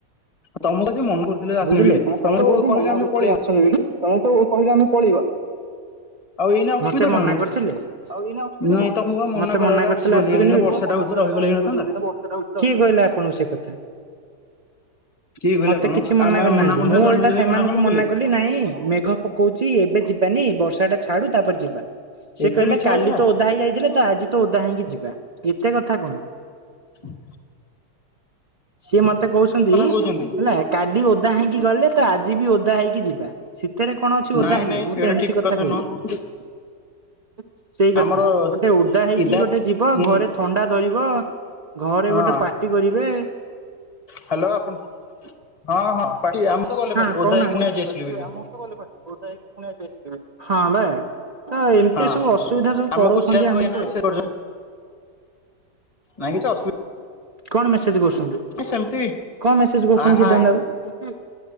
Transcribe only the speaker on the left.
ତମକୁ ସେ ମନେ କରୁଥିଲେ ଆସିନି
ବୋଲି ତମେ
ତ
କହିଲେ
ଆମେ
ପଳେଇବୁ
ଆଉ ଏଇନା ଅସୁବିଧା
କଣ ହେଲା
ନାଇଁ
ତମକୁ ଆଉ
କରାହେଲା
ଆସିବନି
ଏଇନା
ବର୍ଷାଟା
ହଉଛି ରହିଗଲେ
ହେଇନଥାନ୍ତା
କିଏ କହିଲା
କଣ
ଆମେ
କରୁନଥିଲେ
ଜନ୍ମେଜୟ
ଭାଇ
କରୁନଥିଲେ
ଏତେ
ମିଛ
କଥା
ହ
କହୁଛନ୍ତି।
ନାଇଁ
ନାଇଁ
ଏଇଟା
ଠିକ
ନୁହଁ
ଆମର
ଇଦାତ
ହୁଁ
ହଁ
ହ୍ୟାଲୋ ଆପଣ ହଁ ହଁ ପାଟି ଆମେ ତ ଗଲେ
ପାଟି ଓଦା
ହେଇକି ପୁଣି ଆଜି ଆସିଲୁ
ବୋଲି
ହଁ
ଆମକୁ
ସିରାଜ
ଭାଇ ଏଇନା ମେସେଜ
କରିଛନ୍ତି ନାଇଁ କିଛି ଅସୁ
ସେମିତି
ଆ
ହାଏ